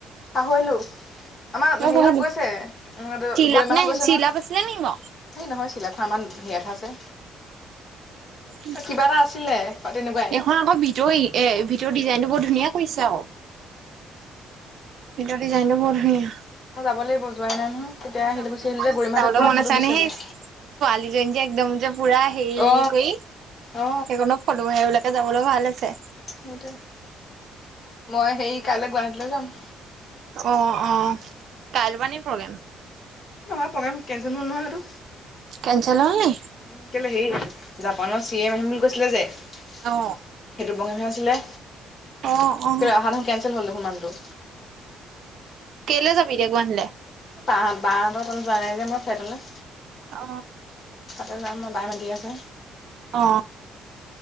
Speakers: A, on the left (about 40°); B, on the right (about 60°).
A: পাহৰিলোঁ। আমাৰ
B: তই
A: সেৰিহঁত
B: পঢ়াবি।
A: গৈছে
B: চিলাপ
A: গৰিমাহত
B: নে
A: গৈছে
B: চিলাপ
A: নহয়
B: আছিলে নি বাৰু
A: হে নহয় চিলা ফামান হেয়াঠ আছে।
B: এইখন
A: কিবা এটা আছিলে তেনেকুৱাই
B: আকৌ ভিতৰ এ ভিতৰ ডিজাইনটো ব ধুনীয়া কৰিছা অ। সেইটো ডিজাইন বৰ ধুনীয়া
A: মই যাব লাগিব জোৱাই নাই নহয় তেতিয়া
B: মোৰ
A: আহিলো
B: যাবলৈ
A: গুচি আহিলো
B: মন
A: যে
B: আছিলে
A: গৰিমাহঁতে
B: যাবলৈ
A: পুৰা
B: মন
A: ফটো
B: আছে কানেহে
A: দিছে
B: আহিছোঁ
A: মোক
B: ছোৱালী জনী যে একদম যে পুৰা হেৰি
A: অ
B: কৰি
A: অ
B: সেইকনত ফটো মাৰিবলেকে যাবলে ভাল হৈছে।
A: সেইটোৱে মই হেৰি কাইলৈ গুৱাহাটীলৈ যাম।
B: অ অ কাইল পা নী প্ৰগ্ৰেম।
A: নহয় প্ৰগ্ৰেম কেঞ্চেল হ'ল নহয় সেইতো
B: কেনচেল হ'ল নি
A: উ কেলে হেৰি আ জাপানৰ চি এ ম আহিম বুলি কৈছিলে যে সেইটো
B: অ
A: প্ৰগেম হে আছিলে।
B: অ অ
A: কেলেই অহা দেখোন কেনচেল হ'ল দেখোন মানুহ টো।
B: কেলে যাবি দেগৱানলে?
A: বাঁহত বাহতৰ ত যোৱা নাই যে মই ফ্লেটলে।
B: অ।
A: তা যাম মই বাই মাতি আছে।
B: অ।